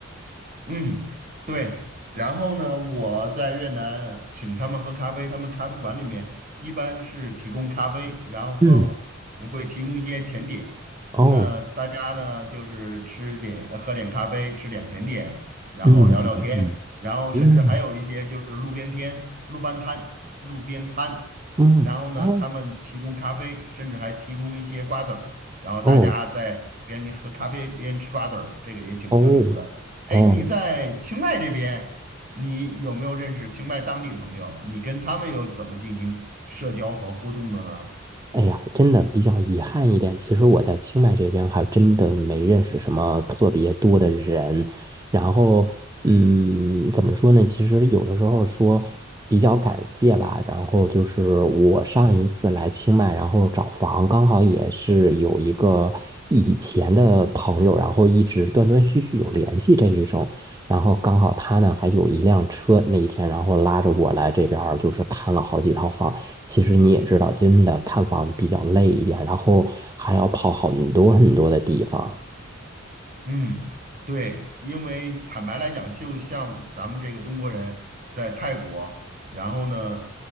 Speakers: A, on the right; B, on the right.
A: 嗯，对。然后呢，我在越南请他们喝咖啡，他们咖啡馆里面一般是提供咖啡，然后和也会提供一些甜点。
B: 嗯，哦，
A: 那大家呢，就是吃点，呃喝点咖啡，吃点甜点，然后聊聊天，
B: 嗯嗯
A: 然后甚至还有一些就是路边天、
B: 嗯
A: 路边摊、路边摊。
B: 嗯嗯，
A: 然后呢，
B: 啊，
A: 他们提供咖啡，甚至还提供一些瓜子儿，然后大家在边喝咖啡边吃瓜子儿，
B: 哦
A: 这个也挺特殊的。
B: 哦
A: 哎，
B: 哦。
A: 你在清迈这边，你有没有认识清迈当地的朋友？你跟他们又怎么进行社交和互动的呢？
B: 哎呀，真的比较遗憾一点。其实我在清迈这边还真的没认识什么特别多的人。然后，嗯，怎么说呢？其实有的时候说比较感谢吧。然后就是我上一次来清迈，然后找房，刚好也是有一个以前的朋友，然后一直断断续续有联系这一种。然后刚好他呢还有一辆车，那一天然后拉着我来这边儿，就是看了好几套房。其实你也知道，真的看房比较累一点，然后还要跑很多很多的地方。
A: 嗯，对，因为坦白来讲，就像咱们这个中国人在泰国，然后呢，